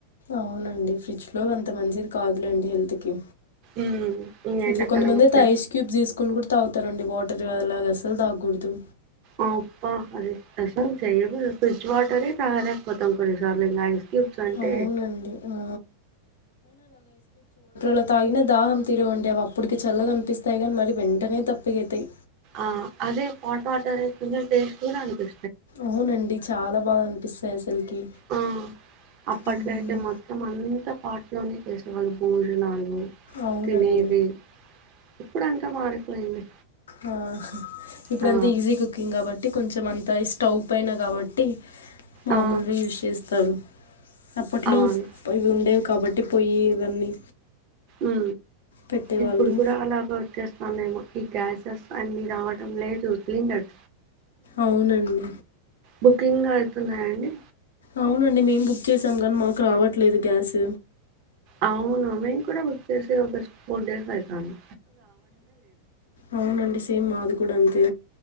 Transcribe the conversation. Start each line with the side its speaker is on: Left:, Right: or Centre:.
Left: అవునండి ఫ్రిడ్జ్ లో అంత మంచిది కాదులేండి హెల్త్ కి
Right: ఉమ్, ఈ ఎండాకాలం
Left: ఇట్లా కొంతమంది
Right: వచ్చే
Left: అయితే ఐస్ క్యూబ్ తీసుకుని కూడా తాగుత్ తరండి వాటర్ అలాగా అసలు తాగకూడదు.
Right: అబ్బా అదే అసల్ చేయకూడదు ఫ్రిడ్జ్ వాటరే తగలేక పోతాం కొన్ని సార్లు నై <unintelligible> చంట
Left: అవునండి ఆ. లో తాగిన దాహం తీరవండి అవి అప్పటికి చల్లగా అనిపిస్తాయి కానీ మరి వెంటనే తప్పికైతాయి
Right: ఆ అదే హట్ వాటర్ కొంచం టేస్ట్ కూడా అనిపి
Left: అవునండి చాలా బాగా అనిపిస్తాయి అసలుకి
Right: ఆ అప్పట్లో
Left: మ్మ్.
Right: అయితే మొత్తం అంత స్పాట్లోనే చేసేవాళ్ళు భోజనాలు
Left: అవునండి
Right: తినేది ఇప్పుడంత మారిపోయింది
Left: ఆ ఇప్పుడంతా
Right: ఆ
Left: ఈజీ కుకింగ్ కాబట్టి కొంచెం అంతా స్టవ్ పైన కాబట్టి మామూలుగా
Right: ఆ
Left: యూస్ చేస్తాను అప్పట్లో
Right: అవును
Left: ఇవి ఉండేవి కాబట్టి పోయి ఇవన్నీ
Right: ఉ
Left: పెట్టేవాళ్ళు
Right: ఇప్పుడు కూడా అలాగ వచ్చేస్త ఆ మేము ఈ గ్యాసెస్ అన్ని రావడం లేదు సిలిండర్
Left: అవునండి
Right: బుకింగ్ ఐతున్నాయఅండి
Left: అవునండి మేం బుక్ చేసాం కానీ మాకు రావట్లేదు గ్యాస్
Right: అవును మేం కూడా బుక్ చేసి ఒక ఫోర్ డేస్ అయితంది
Left: అవునండి సేమ్ మాది కూడా అంతే